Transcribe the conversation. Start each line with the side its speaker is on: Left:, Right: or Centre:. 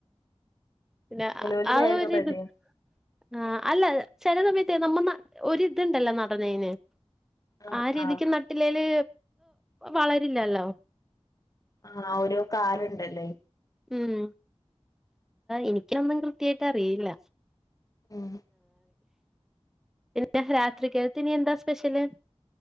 Centre: പിന്നെ
Left: ചെലോല്
Centre: ആ
Left: വേഗം
Centre: ഒര്ത്
Left: റെഡിയാവും
Centre: ആ അല്ല ചെല സമ നമ്മ ന ഒരിതുണ്ടല്ലോ നടനേന്
Left: ആഹ്
Centre: ആ രീതിക്ക്
Left: ആഹ്
Centre: നട്ടില്ലേല് വളരില്ലല്ലോ
Left: ആഹ ഒരു കാരുണ്ടല്ലേ
Centre: ഉം എനിക്ക എന്തെങ്കിൽ റ്റിയായിട്ട് അറിയില്ല.
Left: ആഹ
Centre: ഞാൻ രാത്രി കേൾത്തീനി എന്താ സ്പെഷ്യല്